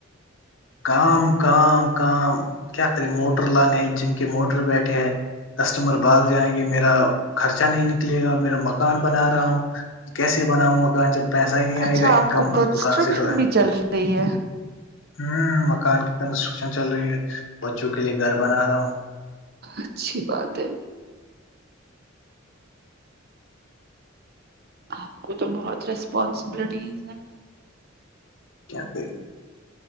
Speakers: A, on the left; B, on the right.
A: کام کام کام کیا کرے موٹر لانے ہے جم کے موٹر بیٹھے ہے کسٹمر بھگ جائیں گے میرا خرچہ نہیں نکلے گا میرا مکان بنا رہا ہوں کیسے بناؤوں مکان جب پیسہ ہی نہیں آئے
B: اچھا
A: گا انکم
B: آپ کو کنسٹرکشن
A: دکان سے تو ہے،
B: بھی چل رہی ہے
A: ہوں مکان کی کنسٹرکشن چل رہی ہے بچوں کے لیے گھر بنا رہا ہوں
B: اچھی بات ہے آپ کو تو بہت ریسپانسبلٹیز ہیں
A: کیا کہ